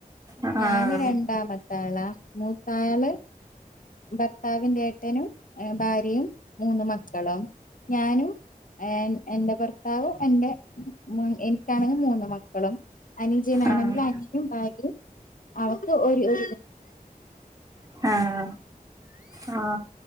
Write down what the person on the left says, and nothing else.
ഞാന് രണ്ടാമത്താളാ മൂത്താള് ഭർത്താവിന്റെ ത്തനും ഭാര്യയും മൂന്ന് മക്കളും ഞാനും എന്റെ ഭർത്താവും എറെ എനിക്കാണെങ്കിൽ മൂന്ന് മക്കളും അനുജനാണെങ്കിൽ
അനനും ഭാര്യയും അവക്ക് ഒരു എ